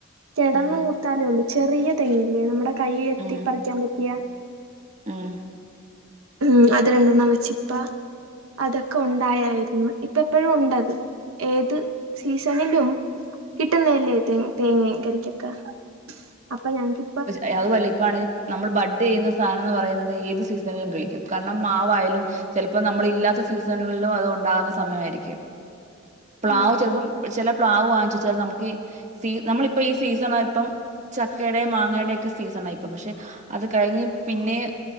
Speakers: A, on the right; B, on the right.
A: കെടന്ന്
B: ഉം
A: മൂത്താലേയൊള്ളൂ ചെറിയ തെങ്ങില്ലേ നമ്മുടെ കൈ എത്തി
B: ഉം
A: പ്പറിക്കാൻ പറ്റിയ
B: ഉം
A: ഉം അത് രണ്ടെണ്ണം വെച്ച് ഇപ്പം അതൊക്കെ ഒണ്ടായായിരുന്നു ഇപ്പ എപ്പഴും ഉണ്ടത് ഏത് സീസണിലും കിട്ടുന്നയല്ലേ തേങ്ങ കരിക്കക്കെ അപ്പൊ ഞങ്ങക്ക്
B: പക്ഷേ അതുവല്ല ഇപ്പായാണെ നമ്മള് ബഡ് ചെയ്യുന്ന സാധനം എന്ന് പറയുന്നത് ഏത് സീസണിലും കിളിക്കും കാരണം മാവായാലും ചെലപ്പോ നമ്മളില്ലാത്ത സീസണുകളിലും അത് ഒണ്ടാകുന്ന സമയമായിരിക്കും പ്ലാവ്
A: ആ
B: ചിലപ്പം ചെല പ്ലാവ് വാങ്ങിച്ച് വെച്ചാലും നമുക്ക് നമ്മളിപ്പൊ ഈ സീസണാ ഇപ്പം ചക്കയുടെ മാങ്ങയുടെ ഒക്കെ സീസണായിപ്പൊ പക്ഷെ അത് കഴിഞ്ഞ് പിന്നെ